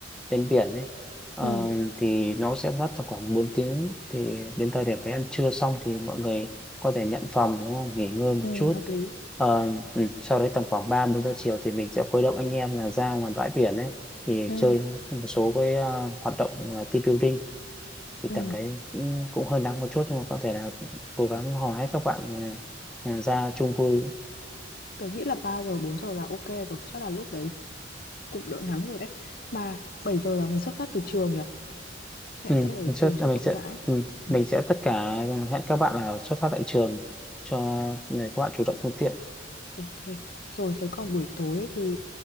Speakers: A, in the centre; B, on the left (about 50°).
A: đến biển ấy Ờ,
B: ừ,
A: thì nó sẽ mất tầm khoảng bốn tiếng thì đến thời điểm đấy ăn trưa xong thì mọi người có thể nhận phòng đúng không nghỉ ngơi một
B: ừ,
A: chút
B: hợp lý
A: Ờ, ừ, sau đấy tầm khoảng 3 4 giờ chiều thì mình sẽ khuấy động anh em là ra ngoài bãi biển ấy thì
B: ừ,
A: chơi một số cái ờ, hoạt động ờ, team building thì
B: ừ.
A: tầm đấy cũng, cũng hơi nắng một chút nhưng mà có thể là cố gắng hò hét các bạn ờ, ờ, ra chung vui
B: Tôi nghĩ là ba giờ 4 giờ là ok rồi Chắc là lúc đấy cũng đỡ nắng rồi đấy mà 7 giờ là mình xuất phát từ trường nhỉ hẹn
A: Ừ,
B: xe ở
A: mình
B: trường
A: sẽ
B: cho
A: à, mình
B: rộng
A: sẽ
B: rãi
A: ừ, mình
B: ừ,
A: sẽ tất cả hẹn các bạn là xuất phát tại trường cho để các bạn chủ động phương tiện.
B: ok rồi thế còn buổi tối thì